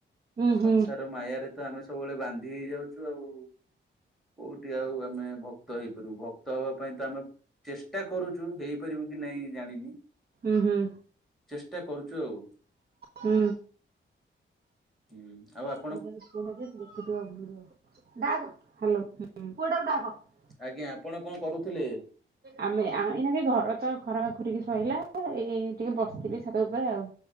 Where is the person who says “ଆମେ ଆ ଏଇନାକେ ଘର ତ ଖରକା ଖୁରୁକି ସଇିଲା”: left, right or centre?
Right